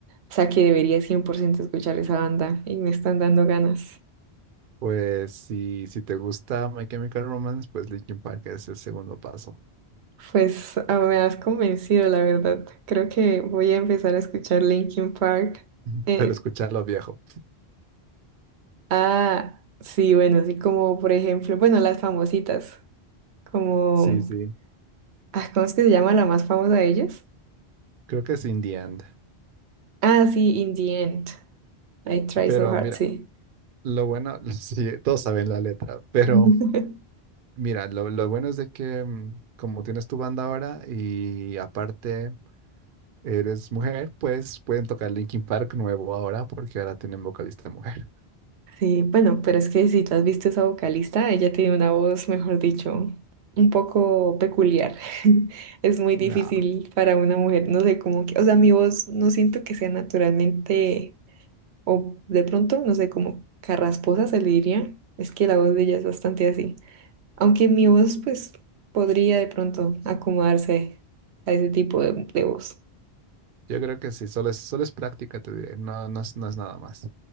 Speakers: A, on the right; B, on the right.
A: o sea, que debería 100% escuchar esa banda y me están dando ganas.
B: Pues si, si te gusta My Chemical Romance, pues Linkin Park es el segundo paso.
A: Pues ah, me has convencido, la verdad. Creo que voy a empezar a escuchar Linkin Park.
B: <laughs>
A: Eh,
B: Pero escucharlo viejo.
A: ah, sí, bueno, así como por ejemplo, bueno, las famositas, como,
B: Sí, sí.
A: ah, ¿cómo es que se llama la más famosa de ellas?
B: Creo que es In the End.
A: Ah, sí, In the End. I Try
B: Pero
A: So Hard,
B: mira,
A: sí.
B: lo bueno, <laughs> sí, todos saben la letra, pero
A: <laughs>
B: mira, lo, lo bueno es de que mm, como tienes tu banda ahora y aparte eres mujer, pues pueden tocar Linkin Park nuevo ahora porque ahora tienen vocalista mujer.
A: Sí, bueno, pero es que si tú has visto esa vocalista, ella tiene una voz, mejor dicho, un poco peculiar. <laughs> Es muy
B: No,
A: difícil para una mujer, no sé cómo que, o sea, mi voz no siento que sea naturalmente, o de pronto, no sé, como carrasposa se le diría. Es que la voz de ella es bastante así. Aunque mi voz, pues, podría de pronto acomodarse a ese tipo de, de voz.
B: yo creo que sí, solo es, solo es práctica, te diré. No, no es, no es nada más.